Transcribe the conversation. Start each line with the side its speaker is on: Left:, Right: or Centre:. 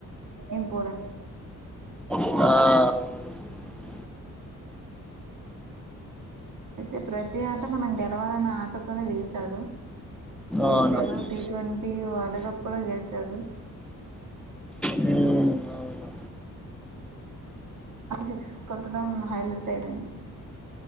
Right: ఇంపార్టెంట్
Centre: ఆ
Right: అయితే ప్రతి ఆట మనం గెలవాలన్న ఆటతోనే దిగుతాడు గెలిచాడు
Centre: అవునవును
Right: టీ ట్వంటీ వరల్డ్ కప్ కూడా గెలిచాడు
Centre: హ్మ్ అవును
Right: అ సిక్సస్ కొట్టడం హైలైట్ ఏనే